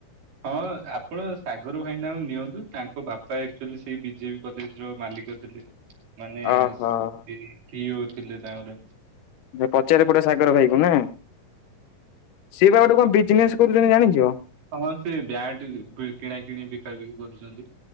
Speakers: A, on the right (about 70°); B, on the left (about 75°).
A: ହଁ ଆପଣ ସାଗର ଭାଇନାଙ୍କୁ ନିଅନ୍ତୁ ତାଙ୍କ ବାପା ଆଚୁଆଲି ସେଇ ବିଜେପି କଲେଜ ର ମାଲିକ ଥିଲେ। ମାନେ
B: ଓହୋ
A: ସି ସିଅ ଥିଲେ ତାଙ୍କର।
B: ପଚାରି ପଡିବ ସାଗର ଭାଇ କ ନା ସିଏ ବା ଗୋଟେ କଣ ବିଜିନେସ କୌ ଦିନ ଜାଣିଚ।
A: ହଁ ସେ ବ୍ୟାଟ କିଣା କିଣି ବିକା ବିକି କରୁଚନ୍ତି